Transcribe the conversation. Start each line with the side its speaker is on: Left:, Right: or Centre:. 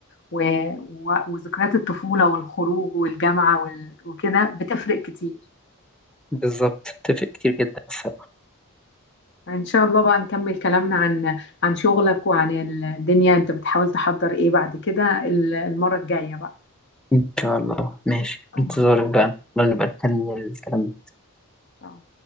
Left: و... و... وذكريات الطفوله والخروج والجامعه وال... وكده بتفرق كتير
Centre: بالظبط اتفق كتير جدا الصراحة
Left: ان شاء الله بقى نكمل كلامنا عن عن شغلك وعن الدنيا انت بتحاول تحضر ايه بعد كده ال- المره الجايه بقى
Centre: إن شاء الله ماشي
Left: تمام.
Centre: انتظارك
Left: إن
Centre: بقى الله نبقى نكمل الكلام
Left: شاء الله.